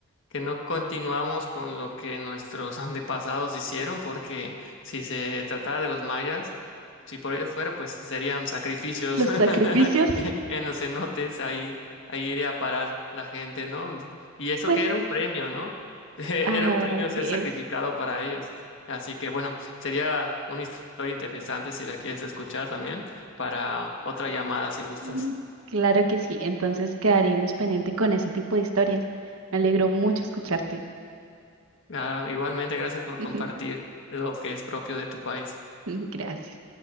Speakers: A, on the left; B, on the right.
A: que no continuamos con lo que nuestros <laughs> antepasados hicieron, porque si se tratara de los mayas, si por ellos fuera, pues serían sacrificios
B: Los sacrificios,
A: <laughs> en los cenotes, ahí, ahí iría a parar la gente, ¿no? Y eso
B: pues,
A: que era un premio, ¿no? <laughs> Era
B: ah,
A: un premio ser
B: es...
A: sacrificado para ellos. Así que bueno, sería una historia interesante si la quieres escuchar también para otra llamada si gustas.
B: Ujú. Claro que sí, entonces quedaríamos pendiente con ese tipo de historias. Me alegró mucho escucharte.
A: Ah, igualmente, gracias por
B: <laughs>
A: compartir lo que es propio de tu país.
B: Gracias.